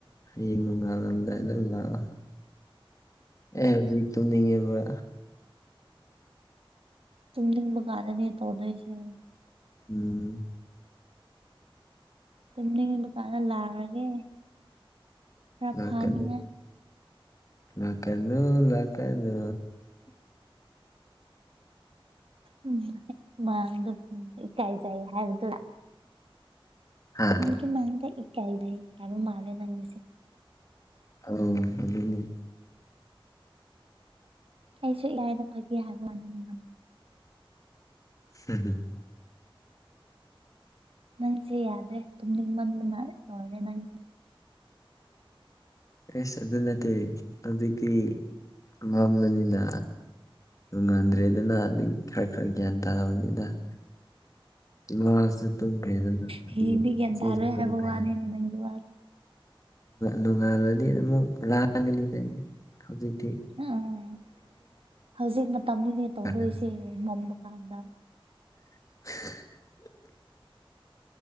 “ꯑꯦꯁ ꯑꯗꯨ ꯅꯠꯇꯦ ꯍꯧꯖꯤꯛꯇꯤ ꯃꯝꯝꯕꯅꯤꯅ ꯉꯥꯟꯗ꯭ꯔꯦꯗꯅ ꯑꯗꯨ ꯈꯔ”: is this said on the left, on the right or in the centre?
Left